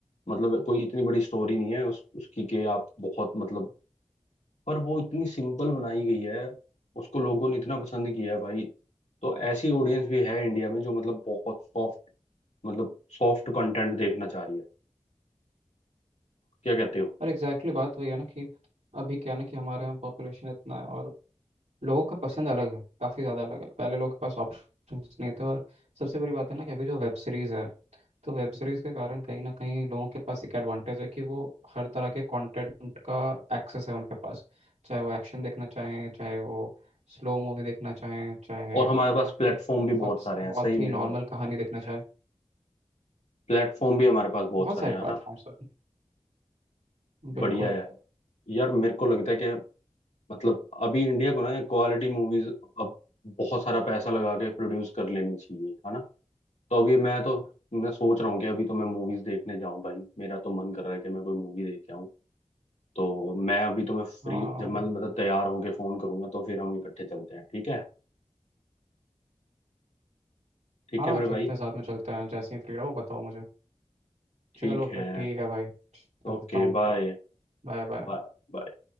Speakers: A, on the left (about 70°); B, on the right (about 75°).
A: मतलब कोई इतनी बड़ी स्टोरी नहीं है उस उसकी कि आप बहुत मतलब पर वो इतनी सिंपल बनाई गई है उसको लोगों ने इतना पसंद किया है भाई तो ऐसी ऑडियंस भी है इंडिया में जो मतलब बहुत सॉफ्ट मतलब सॉफ्ट कंटेंट देखना चाह रही है क्या कहते हो
B: और एग्जैक्टली exactly बात वही है ना कि अभी क्या है ना कि हमारे यहाँ पॉपुलेशन इतना है और लोगों का पसंद अलग है काफ़ी ज़्यादा अलग है पहले लोगों के पास ऑप्शंस नहीं थे और सबसे बड़ी बात है ना कि अभी जो वेब सीरीज़ है तो वेब सीरीज़ के कारण कहीं ना कहीं लोगों के पास एक एडवांटेज है कि वो हर तरह के कंटेंट का एक्सेस है उनके पास चाहे वो एक्शन देखना चाहें चाहे वो स्लो मूवी देखना चाहें चाहे
A: और हमारे पास प्लेटफॉर्म
B: एक बहुत
A: भी बहुत सारे हैं
B: बहुत
A: सही
B: ही
A: में
B: नॉर्मल
A: और
B: कहानी देखना चाहें
A: प्लेटफॉर्म भी हमारे पास बहुत
B: बहुत
A: सारे
B: सारे
A: हैं है
B: प्लेटफॉर्म्स
A: ना
B: हैं बिल्कुल
A: बढ़िया है यार मेरे को लगता है कि मतलब अभी इंडिया को ना क्वालिटी मूवीज अब बहुत सारा पैसा लगा के प्रोड्यूस कर लेनी चाहिए है ना तो अभी मैं तो मैं सोच रहा हूँ कि अभी तो मैं मूवीज देखने जाऊं भाई मेरा तो मन कर रहा है कि मैं कोई मूवी देख के आऊं तो मैं अभी तो मैं फ्री
B: हाँ
A: जब मैं मतलब तैयार होके फोन करूंगा तो फिर हम इकट्ठे चलते हैं ठीक है ठीक
B: हाँ
A: है मेरे
B: चलते
A: भाई
B: हैं साथ में चलते हैं जैसे ही फ्री रहो बताओ मुझे
A: ठीक
B: चलो
A: है
B: फिर ठीक है भाई चलता
A: ओके
B: हूँ
A: बाय
B: Bye bye
A: बाय